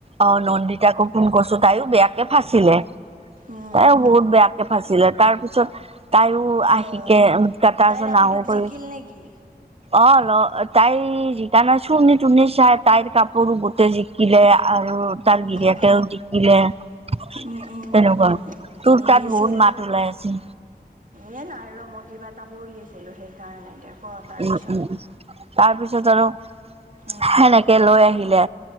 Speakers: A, on the right; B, on the right.
A: অ নন্দিতাকো ফোন কৰিছো তাইও বেয়াকে ফাঁচিলে
B: উম,
A: তাইও বহুত বেয়া ফাচিলে তাৰ পিছত তাইও আহিকে
B: অ'।
A: উ তাৰপাছত
B: তাই ৰাপিটোক
A: নাহো কৈ
B: জিকিল নেকি?
A: অ ল তাই জিকা না চুনি তুনি চাই তাইৰ কাপোৰো গোটেই জিকিলে আৰু তাৰ
B: উম,
A: গিৰিয়েকেও তিতিলে তেনেকোৱা
B: উম, উম।
A: তোৰ তাত
B: এই
A: বহুত
B: চলি
A: মাত ওলাই আছে
B: এ নাই ৰ মই কিবা এটা কৰি আছিলো সেইকাৰণে দে ক তাৰপিছত।
A: উম উম তাৰপিছত আৰু
B: উম,
A: সেনেকে লৈ আহিলে